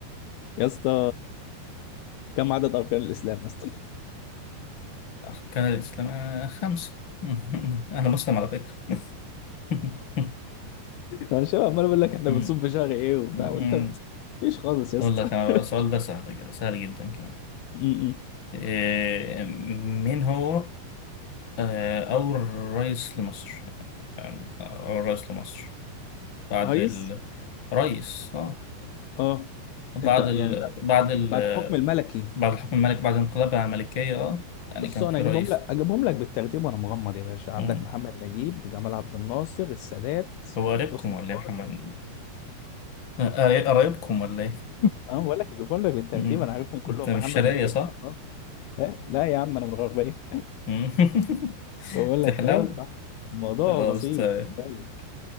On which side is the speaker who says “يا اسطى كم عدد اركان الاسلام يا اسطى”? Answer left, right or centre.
Left